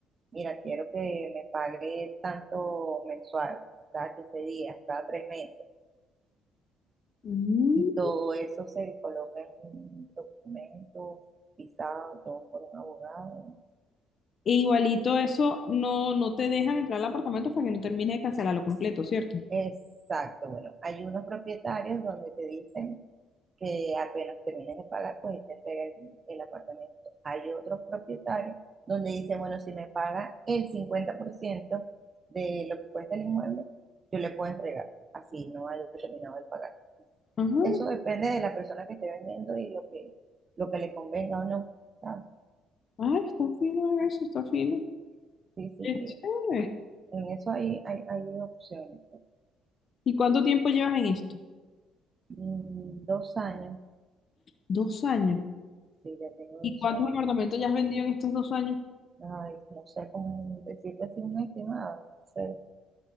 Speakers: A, on the right (about 35°); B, on the left (about 50°).
A: Mira, quiero que me pague tanto mensual, cada 15 días, cada tres meses,
B: Mm.
A: y todo eso se coloca en un documento pisado, todo por un abogado.
B: E igualito eso, no, no te dejan entrar al apartamento hasta que no termine de cancelarlo completo, ¿cierto?
A: Exacto, bueno, hay unos propietarios donde te dicen que apenas termines de pagar, pues te entrega el, el apartamento. Hay otros propietarios donde dicen, bueno, si me paga el 50% de lo que cuesta el inmueble, yo le puedo entregar, así no haya terminado de pagar.
B: Ajá.
A: Eso depende de la persona que esté vendiendo y lo que, lo que le convenga o no. ¿sabes?
B: Ah, está fino eso, está fino.
A: Sí, sí,
B: Qué
A: sí.
B: chévere.
A: En eso hay, hay, hay opciones.
B: ¿Y cuánto tiempo llevas en esto?
A: Mm, Dos años,
B: Dos años.
A: sí, ya tengo dos
B: ¿Y cuántos
A: años.
B: apartamentos ya has vendido en estos dos años?
A: Ay, no sé cómo decirte así un estimado, no sé,